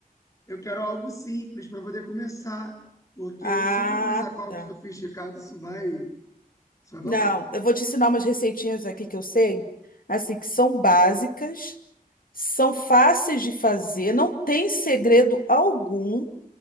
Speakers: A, on the left; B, on the left.
A: eu quero algo simples para poder começar, porque
B: Ah,
A: se eu for começar com algo
B: tá.
A: sofisticado, isso vai, isso vai
B: Não,
A: babar.
B: eu vou te ensinar umas receitinhas aqui que eu sei, assim, que são básicas, são fáceis de fazer, não tem segredo algum.